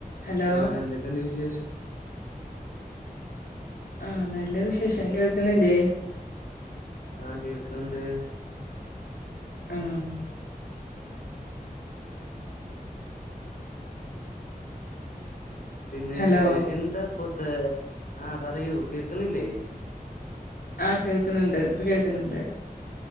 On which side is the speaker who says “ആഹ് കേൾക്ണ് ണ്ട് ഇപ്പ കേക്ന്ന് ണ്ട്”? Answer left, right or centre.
Left